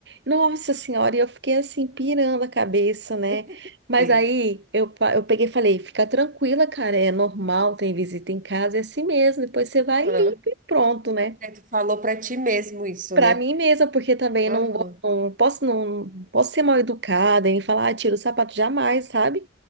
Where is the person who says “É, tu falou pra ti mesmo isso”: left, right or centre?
Right